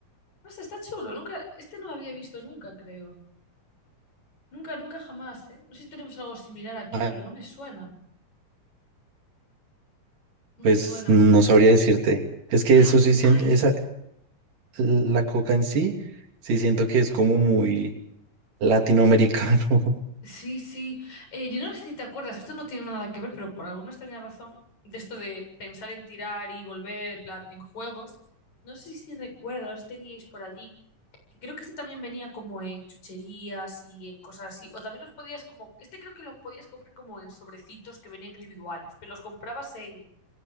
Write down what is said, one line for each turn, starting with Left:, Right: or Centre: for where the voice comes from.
Left: No sé, está chulo. Nunca, este no lo había visto nunca, creo. Nunca, nunca jamás, ¿eh? No sé si tenemos algo similar aquí,
Right: Ah,
Left: pero no me suena. No
Right: Pues
Left: me suena.
Right: no sabría decirte, es que
Left: ¡Ah!
Right: eso sí siento,
Left: ¡Ay!
Right: esa, la coca en sí, sí siento que es como muy latinoamericano.
Left: Es-
Right: <laughs>
Left: Sí, sí. Eh, yo no sé si te acuerdas, esto no tiene nada que ver, pero por alguna extraña razón, de esto de pensar en tirar y volver en plan en juegos, no sé si recuerdas, teníais por allí, que creo que este también venía como en chucherías y en cosas así, o también los podías como, este creo que lo podías comprar como en sobrecitos que venían individuales, pero los comprabas en,